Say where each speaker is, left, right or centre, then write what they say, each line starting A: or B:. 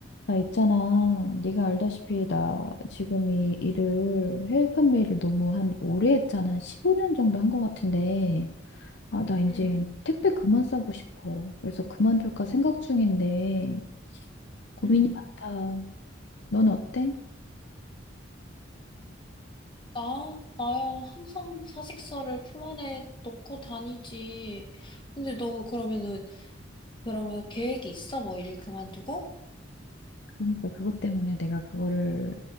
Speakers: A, on the left; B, on the left.
A: 나 있잖아. 네가 알다시피 나 지금 이 일을 해외 판매를 너무 한 오래 했잖아. 15년 정도 한 것 같은데. 아, 나 이제
B: 음,
A: 택배 그만 싸고 싶어. 그래서 그만둘까 생각 중인데 고민이
B: 음.
A: 많다. 넌 어때?
B: 나, 나야 항상 사직서를 품 안에 넣고 다니지. 근데 너 그러면은, 그러면 계획이 있어? 뭐 일 그만두고?
A: 그러니까 그것 때문에 내가 그거를